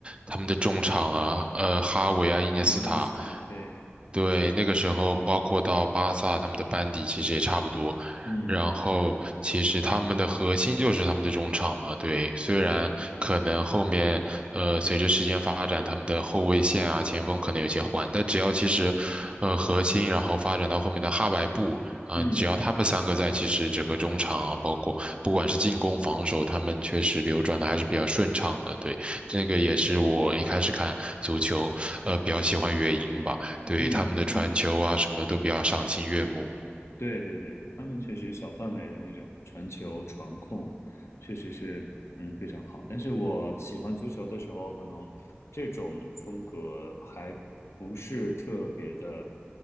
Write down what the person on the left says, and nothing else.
伊斯塔，对，
嗯，
对，
嗯
嗯嗯。
对对对，他们确实小范围的那种传球、传控，确实是嗯非常好。但是我喜欢足球的时候，可能这种风格还不是特别的，